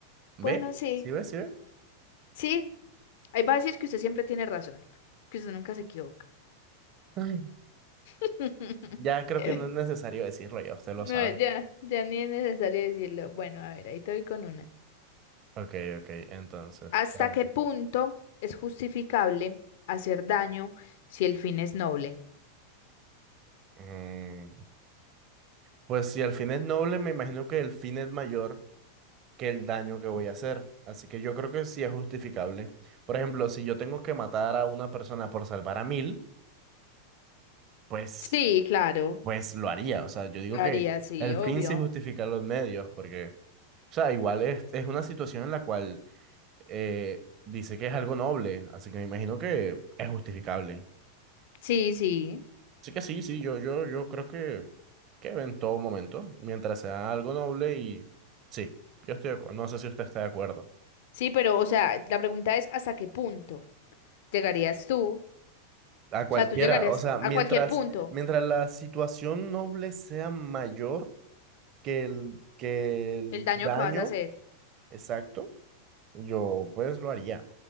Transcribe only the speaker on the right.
¿Ve?
¿Sí ve? ¿Sí ve?
Ay.
Ya creo que no es necesario decirlo, ya usted lo
sabe.
Ok, ok, entonces.
bueno,
Mm, pues si el fin es noble, me imagino que el fin es mayor que el daño que voy a hacer. Así que yo creo que sí es justificable. Por ejemplo, si yo tengo que matar a una persona por salvar a mil, pues,
pues lo haría. O sea, yo digo
que
el
fin sí justifica los medios, porque, o sea, igual es, es una situación en la cual eh, dice que es algo noble, así que me imagino que es justificable.
Así que sí, sí, yo, yo, yo creo que, que en todo momento, mientras sea algo noble y sí, yo estoy de acuerdo. No sé si usted está de acuerdo.
A cualquiera,
o sea, mientras,
mientras la situación noble sea mayor que el, que el
daño,
exacto, Yo pues lo haría.